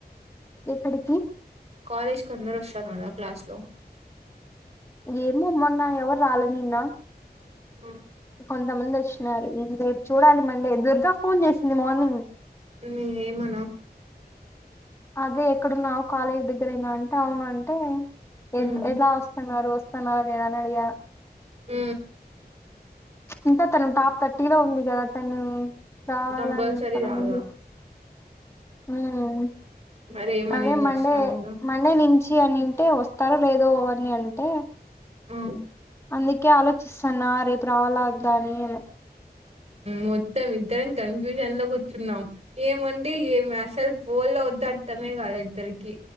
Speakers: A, on the left (about 15°); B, on the right (about 40°).
A: ఎక్కడికి
B: కాలేజ్ కి అందరూ వస్తున్నారా క్లాస్ లో
A: ఏమో మొన్న ఎవరు రాలే నిన్న
B: ఆ
A: కొంతమంది వచ్చినారు ఇం రేపు చూడాలి మండే దుర్గ ఫోన్ చేసింది మార్నింగ్
B: న ఏమనా
A: అదే ఎక్కడున్నా కాలేజ్ దగ్గరయినా అంటే అవున అంటే ఎ
B: ఉమ్
A: ఎట్లా వస్తున్నారు సన్నాల అదేదనాడియా
B: హ
A: ఇంకా తనం టాప్ థర్టీ లో ఉంది కదా తను రావాలన్న
B: కంపల్సరీ
A: కదా
B: రావాలా
A: ముందు ఉమ్,
B: మరి ఏమనింది
A: అదే మండే
B: ఒకసా ఆయనా
A: మండే నుంచి అనింటే వస్తార లేదో అవని అంటే
B: ఆ
A: అందుకే ఆలోచిస్తాన్నా రేపు రావాల వద్ద అని అని
B: మొత్తం ఇద్దరం కన్ఫ్యూజన్ లో కూర్చున్నాం ఏమంటే ఏమి అసలు ఫోన్ లో వద్ద అర్థమే కాదా ఇద్దరికి